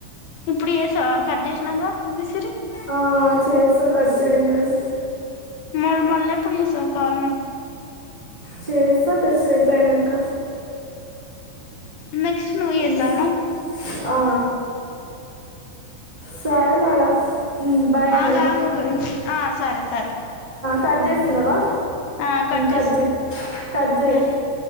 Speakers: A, on the left; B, on the right.
A: ఇప్పుడు చేసావా కట్ చేసినంగ విసురి
B: ఆ, చేస్తా కట్ చేయంగాని
A: మూర మల్లె <unintelligible> నాకు
B: చేస్తా తెసేపోనంక
A: నెక్స్ట్ నువ్ చేస్తావా
B: ఉమ్,
A: నాకు
B: ఆ, సరే మళ్ళ బాయ్
A: ఆగు
B: మరి
A: ఆగు ఒక నిమిషం ఆ సరే సరే
B: కట్ చేస్తున్నావా,
A: ఆ
B: కట్
A: చేస్తున్నా
B: చేయి కట్ చేయి
A: సరే